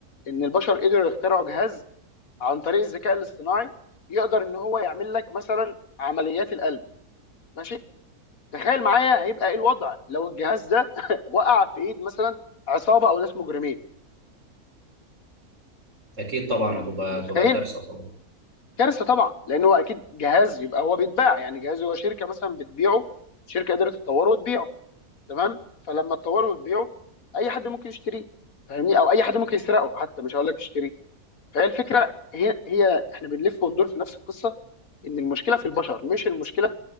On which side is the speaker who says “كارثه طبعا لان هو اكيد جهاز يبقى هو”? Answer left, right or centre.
Left